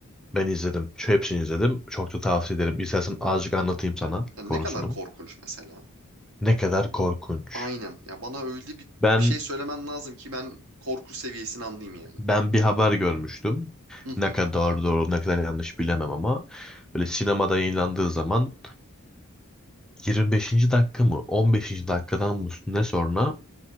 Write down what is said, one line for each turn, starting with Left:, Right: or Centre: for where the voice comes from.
Centre: Ben izledim. Şu hepsini izledim. Çok da tavsiye ederim. İstersen azıcık anlatayım sana
Right: Ya ne
Centre: konusunu.
Right: kadar korkunç mesela?
Centre: Ne kadar korkunç.
Right: Aynen. Ya bana öyle bir,
Centre: Ben
Right: bir şey söylemen lazım ki ben korku seviyesini anlayayım yani.
Centre: ben bir haber görmüştüm.
Right: Hı hı.
Centre: Ne kadar doğru, ne kadar yanlış bilemem ama böyle sinemada yayınlandığı zaman 25. dakika mı 15. dakikadan mı ne sonra